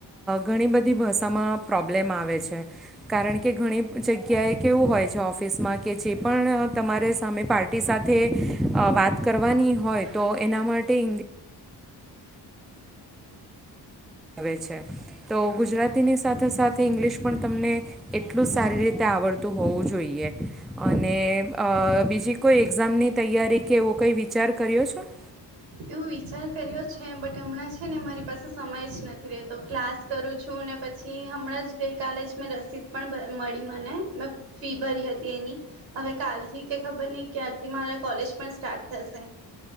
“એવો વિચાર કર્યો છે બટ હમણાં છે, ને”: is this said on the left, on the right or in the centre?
Right